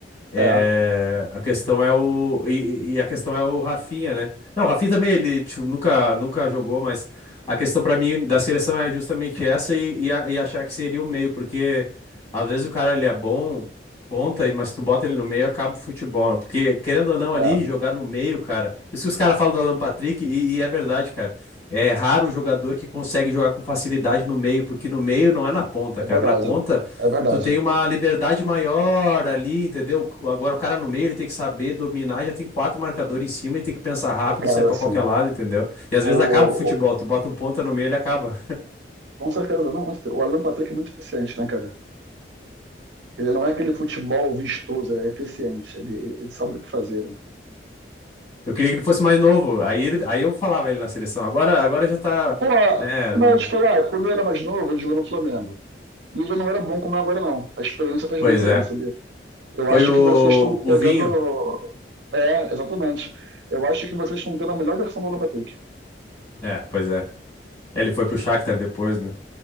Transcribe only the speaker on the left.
É,
a questão é o e, e a questão é o Rafinha, né? Não, o Rafinha também ele tipo, nunca nunca jogou, mas a questão pra mim da seleção é justamente essa e, e, a- e achar que seria o meio, porque às vezes o cara ele é bom ponta, e- mas tu bota ele no meio acaba o futebol, né? porque querendo ou não
ali jogar no meio, cara. Por isso que os caras falam do Alan Patrick e, e é verdade, cara. É raro o jogador que consegue jogar com facilidade no meio, porque no meio não é na ponta,
cara.
Na ponta
Tu tem uma liberdade maior ali, entendeu? O- Agora o cara no meio, ele tem que saber dominar, já tem quatro marcadores em cima e tem que pensar rápido,
sair pra
qualquer lado, entendeu? E às
vezes acaba o futebol,
tu bota um ponta no meio, ele acaba.
Eu queria que ele fosse mais novo, aí, ele, aí eu falava ele na seleção. Agora, agora já tá,
né,
não...
Pois
é.
Foi
o,
o
Vinho.
É, pois é. Ele foi pro Shakhtar depois, né?